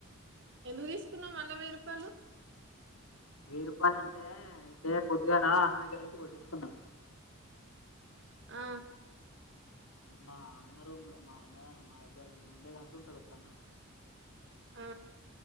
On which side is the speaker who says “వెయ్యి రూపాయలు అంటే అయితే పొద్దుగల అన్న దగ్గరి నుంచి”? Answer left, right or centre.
Left